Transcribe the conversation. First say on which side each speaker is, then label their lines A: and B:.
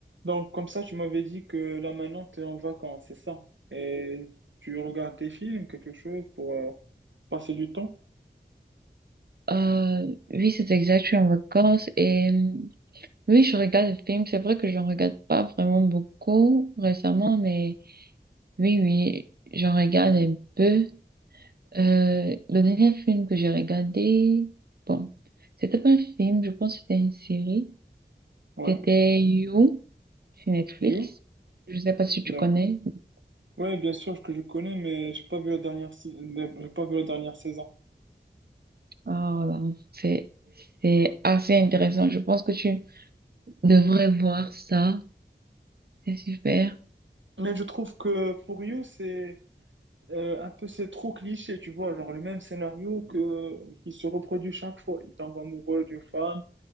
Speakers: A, on the right (about 85°); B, on the right (about 55°).
A: Donc, comme ça, tu m'avais dit que là maintenant, tu es en vacances, c'est ça? Et tu regardes des films, quelque chose pour euh, passer du temps?
B: Euh, oui, c'est exact, je suis en vacances et euh, oui, je regarde des films. C'est vrai que j'en regarde pas vraiment beaucoup récemment, mais oui, oui, j'en regarde un peu. Euh, le dernier film que j'ai regardé, bon, c'était pas un film, je pense que c'était une série.
A: Ouais.
B: C'était You sur Netflix.
A: You?
B: Je sais pas si tu
A: D'accord.
B: connais.
A: Ouais, bien sûr que je connais, mais j'ai pas vu la dernière, si- euh, j'ai pas vu la dernière saison.
B: Ah, voilà. C'est, c'est assez intéressant. Je pense que tu devrais voir ça. C'est super.
A: Mais je trouve que pour You, c'est euh, un peu c'est trop cliché, tu vois, genre le même scénario que qui se reproduit chaque fois. Il tombe amoureux d'une femme,